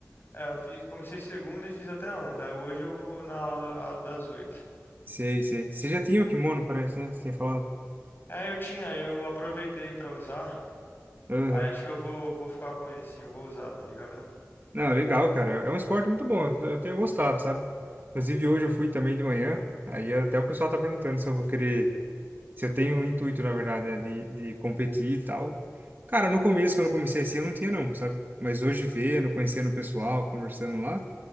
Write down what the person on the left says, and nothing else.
É, eu fiz, comecei segunda e fiz até ontem. Aí hoje eu vou na aula a- das oito.
É, eu tinha, eu aproveitei pra usar.
Aí acho que eu vou, vou ficar com ele sim, eu vou usar, tá ligado?